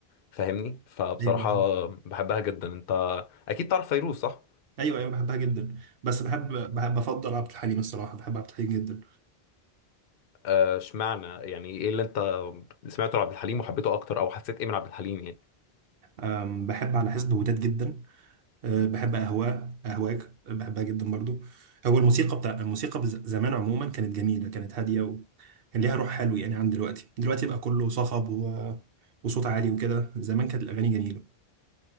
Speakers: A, on the left; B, on the right.
A: فاهمني فبصراحة
B: ايوه ايوه
A: بحبها جدا انت أكيد تعرف فيروز صح؟
B: ايوه أيوة، بحبها جدا بس بحب بحب بفضل عبد الحليم الصراحه بحب عبد الحليم جدا
A: آه، اشمعنى يعني ايه اللي انت سمعته لعبد الحليم وحبيته اكتر او حسيت ايه من عبد الحليم يعني
B: آم، بحب على حسب وداد جدا آه بحب اهواء اهواك بحبها جدا برضو هو الموسيقى بتاع الموسيقى بز- زمان عموما كانت جميله كانت هاديه وكان ليها روح حلو يعني عن دلوقتي دلوقتي بقى كله صخب و... وصوت عالي وكده زمان كانت الاغاني جميله